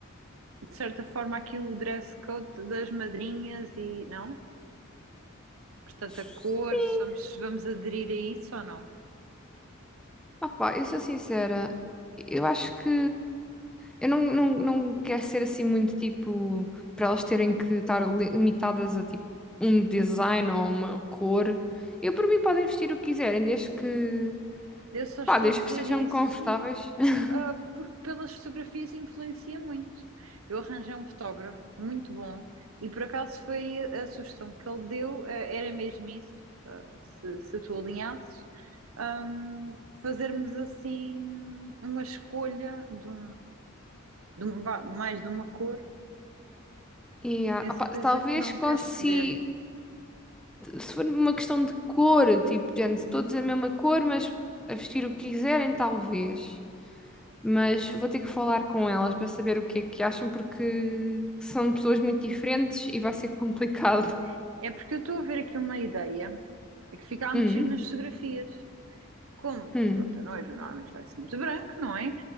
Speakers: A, on the right; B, in the centre.
A: de certa forma, aqui o dress code das madrinhas e não? Portanto,
B: Sim,
A: a cor, se vamos, se vamos aderir a isso ou não.
B: opá, eu sou sincera, eu acho que eu não, não, não quero ser assim muito tipo para elas terem que estar li- limitadas a tipo um design ou uma cor. Eu por mim podem vestir o que quiserem, desde que
A: Eu só estou
B: Pá, desde
A: a dizer
B: que estejam
A: isso,
B: confortáveis. <laughs>
A: ah, porque pelas fotografias influencia muito. Eu arranjei um fotógrafo muito bom e por acaso foi a sugestão que ele deu, ah, era mesmo isso, ah, se, se tu alinhasses, ahm, fazermos assim uma escolha de um, de um- vá, mais de uma cor.
B: E, ah,
A: Tenho
B: opá,
A: certeza
B: talvez
A: que não
B: consiga,
A: queres ceder
B: se for uma questão de cor, tipo, gente, todos é a mesma cor, mas a vestir o que quiserem, talvez. Mas vou ter que falar com elas para saber o que é que acham, porque são pessoas muito diferentes e vai ser <laughs> complicado.
A: Ok. É porque eu estou a ver aqui uma ideia é que fica a meter
B: Hum,
A: nas fotografias. Como,
B: hum,
A: pronto, a noiva normalmente vai sempre de branco, não é?